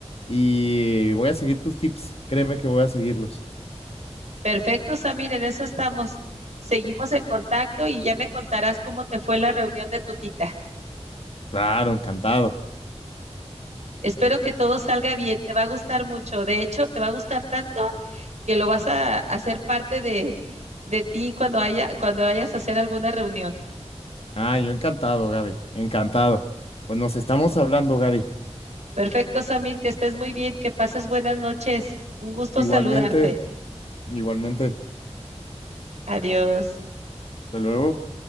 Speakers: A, on the left (about 55°); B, on the right (about 80°).
A: y voy a seguir tus tips, créeme que voy a seguirlos.
B: Perfecto, Samir, en eso estamos. Seguimos en contacto y ya me contarás cómo te fue la reunión de tu tita.
A: Claro, encantado.
B: Espero que todo salga bien, te va a gustar mucho. De hecho, te va a gustar tanto que lo vas a hacer parte de, de ti cuando haya, cuando vayas a hacer alguna reunión.
A: Ah, yo encantado, Gaby, encantado. Pues nos estamos hablando, Gaby.
B: Perfecto, Samir, que estés muy bien, que pases buenas noches. Un gusto
A: Igualmente,
B: saludarte.
A: igualmente.
B: Adiós.
A: Hasta luego.